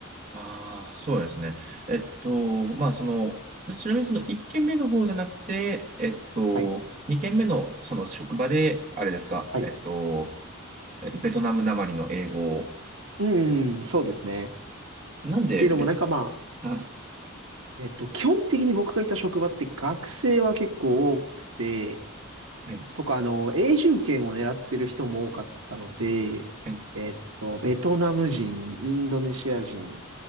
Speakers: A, on the right (about 35°); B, on the right (about 75°).
A: ああ、そうですね。えっと、まあ、その、ちなみにその1件目の方じゃなくて、えっと、
B: はい。
A: 2件目のその職場で、あれですか、
B: はい。
A: えっと、えっと、ベトナムなまりの英語を、
B: うん、そうですね。っ
A: なんでベト、
B: ていうのもなんかまあ、
A: あ
B: えっと、基本的に僕がいた職場って学生は結構多くて、
A: はい。
B: とか、あの、永住権を狙ってる人も多かったので、
A: はい。
B: えっと、ベトナム人、インドネシア人、